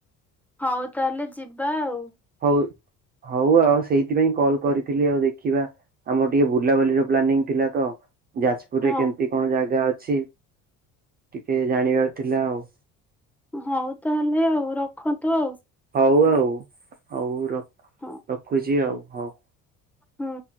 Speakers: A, in the centre; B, on the right.
A: ହଉ ତାହେଲେ ଯିବା ଆଉ।
B: ହଉ ହଉ ଆଉ ସେଇଥିପାଇଁ କଲ୍ କରିଥିଲି ଆଉ ଦେଖିବା ଆମର ଟିକେ ବୁଲାବାଲି ର ପ୍ଲାନିଂ ଥିଲା ତ। ଯାଜପୁରରେ
A: ହଉ
B: କେମିତି କଣ ଜାଗା ଅଛି ଟିକେ ଜାଣିବାର ଥିଲା ଆଉ।
A: ହଉ ତାହେଲେ ଆଉ ରଖନ୍ତୁ ଆଉ।
B: ହଉ ଆଉ ହଉ ର
A: ହଁ
B: ରଖୁଚି ଆଉ ହଉ।
A: ହୁଁ।